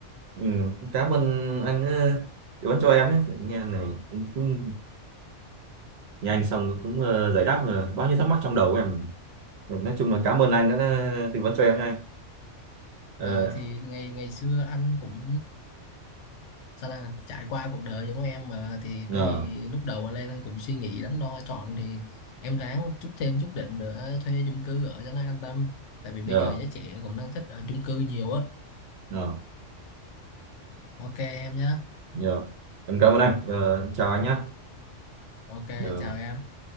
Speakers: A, on the right; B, on the left.
A: ừ. cảm ơn anh đã tư vấn cho em nhé nghe này cũng, cũng nghe anh xong cũng ờ, giải đáp ờ, bao nhiêu thắc mắc trong đầu của em Ừ, nói chung là cảm ơn anh đã tư vấn cho em nha ờ
B: Ờ, thì ngày ngày xưa anh cũng sao là trải qua cuộc đời giống em mà thì
A: nhờ
B: có gì lúc đầu mà lên anh cũng suy nghĩ đắn đo chọn thì em ráng chút thêm chút đỉnh nữa thuê chung cư ở cho nó an tâm tại vì bây
A: nhờ
B: giờ giới trẻ cũng đang thích ở chung cư nhiều á
A: nhờ
B: ok em nhé
A: nhờ em cảm ơn anh Ờ, chào anh nhé
B: ok
A: Ờ,
B: chào em